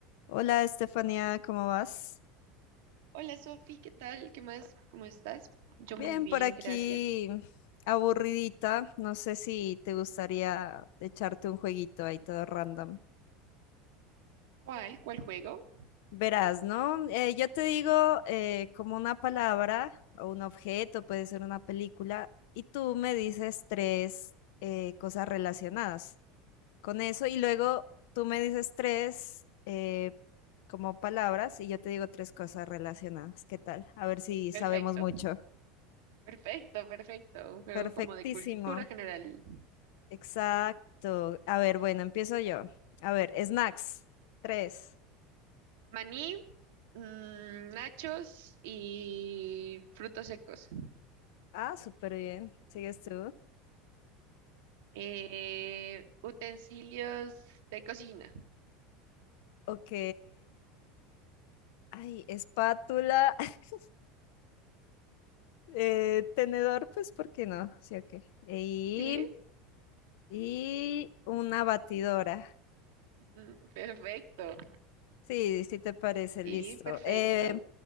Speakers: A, on the left (about 70°); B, on the right (about 70°).
A: Hola Estefanía, ¿cómo vas?
B: Hola Sofi, ¿qué tal? ¿Qué más? ¿Cómo estás? Yo
A: Bien,
B: muy bien,
A: por aquí
B: gracias.
A: aburridita. No sé si te gustaría echarte un jueguito ahí todo random.
B: ¿Cuál? ¿Cuál juego?
A: Verás, ¿no? Eh, yo te digo eh, como una palabra o un objeto, puede ser una película, y tú me dices tres eh, cosas relacionadas con eso y luego tú me dices tres eh, como palabras y yo te digo tres cosas relacionadas. ¿Qué tal? A ver si
B: Perfecto,
A: sabemos mucho.
B: perfecto, perfecto. Un juego
A: Perfectísimo.
B: como de cultura general.
A: Exacto. A ver, bueno, empiezo yo. A ver, snacks. Tres.
B: Maní, mm, nachos y frutos secos.
A: Ah, súper bien. ¿Sigues tú?
B: Eh, utensilios de cocina.
A: Ok. Ay, espátula. <laughs> eh, tenedor, pues, ¿por qué no? Sí, ok. Y,
B: Sí,
A: y una batidora.
B: Mm, perfecto.
A: Sí, sí te parece,
B: Sí,
A: listo.
B: perfecto.
A: Eh,